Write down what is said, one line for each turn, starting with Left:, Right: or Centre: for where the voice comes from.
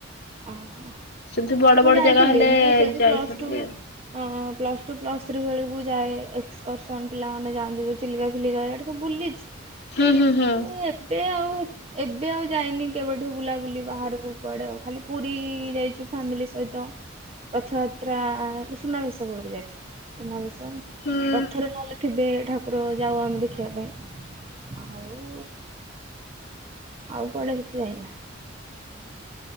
Right: ଅ ହ।
Left: ସେମିତି ବଡ
Right: ମୁଁ
Left: ବଡ
Right: ଯାଇଥିଲି।
Left: ଜାଗା ହେଲେ
Right: ମୁଁ ସେଇ
Left: ଯାଇଛନ୍ତି
Right: ପ୍ଲସ ଟୁ
Left: ଆଉ।
Right: ଅଁ ପ୍ଲସ୍ ଟୁ ପ୍ଲସ୍ ଥ୍ରୀ ବେଳକୁ ଯାଏ। ଏକ୍ସକର୍ସନ୍ ପିଲାମାନେ ଯାଆନ୍ତି ଯୋଉ ଚିଲିକା ଫିଲିକା ଆଡେ ସବୁ ବୁଲିଚି।
Left: ହୁଁ ହୁଁ ହୁଁ
Right: ମୁଁ ଏବେ ଆଉ ହେ ଏବେ ଆଉ ଯାଇନି କେବେଠୁ ବୁଲାବୁଲି ବାହାରକୁ। କୁଆଡେ ଆଉ। ଖାଲି ପୁରୀ ଯାଇଚୁ ଫ୍ୟାମିଲି ସହିତ। ରଥଯାତ୍ରା ସୁନାବେଶ ବେଳକୁ ଯାଇ ଥିଲୁ। ସୁନାବେଶ
Left: ହୁଁ।
Right: ରଥରେ ନହେଲେ ଥିବେ ଠାକୁର ଯାଉ ଆମେ ଦେଖିବା ପାଇଁ। ଆଉ ଆଉ କୁଆଡେ ସେତେ ଯାଇନା।